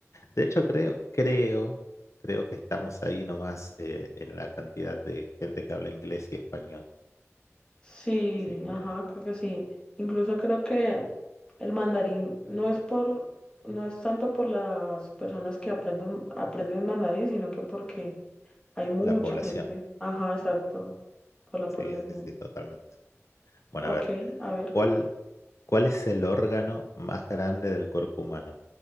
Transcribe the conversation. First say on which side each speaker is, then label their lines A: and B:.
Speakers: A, on the left; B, on the left.
A: De hecho, creo, creo, creo que estamos ahí nomás eh, en la cantidad de gente que habla inglés y español.
B: Sí,
A: Así que
B: ajá, creo que sí. Incluso creo que el mandarín no es por, no es tanto por las personas que aprenden, aprenden mandarín, sino que porque hay mucha
A: la población.
B: gente. Ajá, exacto, por la
A: Sí,
B: población.
A: sí, sí, totalmente. Bueno,
B: Ok,
A: a ver,
B: a ver,
A: ¿cuál, cuál es el órgano más grande del cuerpo humano?